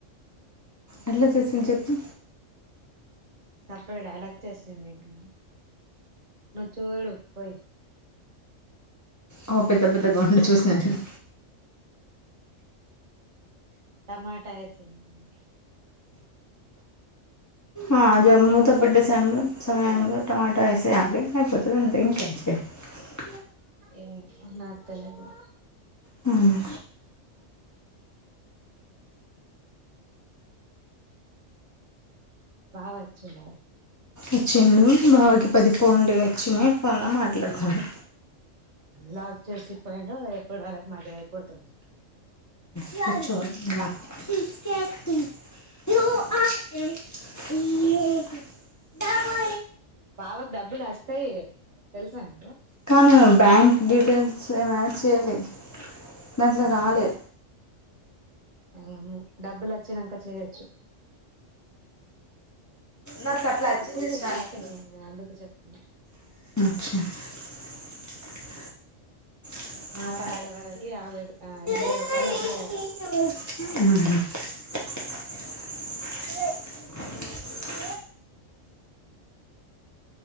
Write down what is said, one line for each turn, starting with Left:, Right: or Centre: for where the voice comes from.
Left: ఎట్లా చేస్తుంది చెప్పు
Right: <unintelligible> అలాగ్ చేస్ నవ్వు చూడు పోయి
Left: ఓ పెద్ద పెద్దగ <unintelligible>
Right: టమాట వేయి <unintelligible>
Left: ఆ జమ్ముత బిడ్డ శ్యాంలొ, సమయంలొ టమాట తీసెయ్యాలి అయిపోతది‌. అంతె ఇంకేం <unintelligible>
Right: ఏం నాక్ తెలియదులే
Left: మ్మ్
Right: బావ వచ్చిండ
Left: ఇచ్చిండు. బావ కి పది ఫోన్లు వచ్చినయ్, ఫోన్లొ మాట్లాడుతుండు.
Right: లాక్ చేసి పోయిండు, ఎప్పుడు వరకు మాది అయిపోతది.
Left: యు ఆర్ కూర్చొ అమ్మ, D K T U are ఏ, ఈ <unintelligible>
Right: బావకు డబ్బులు వస్తయ్ తెలుసనీ
Left: కాని, బ్యాంక్ డిటెయిల్స్ ఏం యాడ్ చేయ్యెలె దాంట్లొ రాలె
Right: ఏం డబ్బుల్ వచ్చినంక చేయెచ్చు.
Left: నాకు
Right: నాక్
Left: అట్లా
Right: అట్ల వచ్చింది.
Left: స్టార్టింగ్
Right: స్టాటింగ్ లొ నేన్ అందుకు చెప్తున్న,
Left: <unintelligible> <unintelligible>
Right: మాట్లాడే వరకి యాభై ఎనభై రూపాయలు వస్తాయట
Left: <unintelligible> <unintelligible>